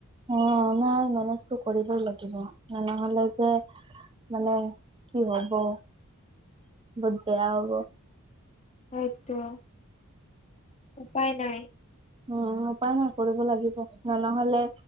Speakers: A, on the right; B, on the left.
A: অ নাই মেনেজটো কৰিবই লাগিব নহলে যে মানে কি হব বহুত বেয়া হ'ব
B: হয়তো উপায় নাই
A: উম উপায় নাই কৰিব লাগিব ন নহলে